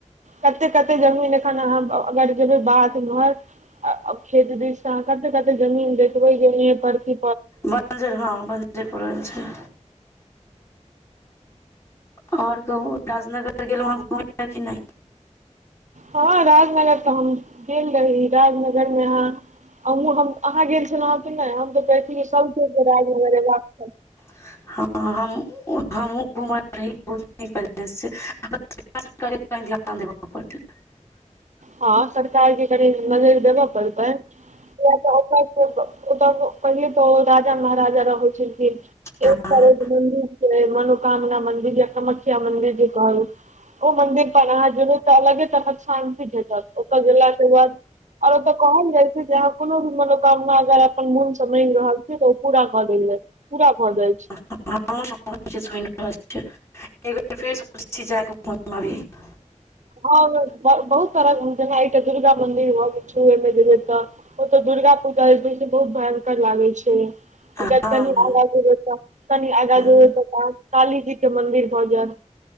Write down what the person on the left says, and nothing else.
बं्जर हँ बंजर पड़ल छै आओर कहू राजनगर गेलहु घुमै ले की नहि
हँ हम <unintelligible> <unintelligible>
हँ
<unintelligible>
हँ हँ
हूँ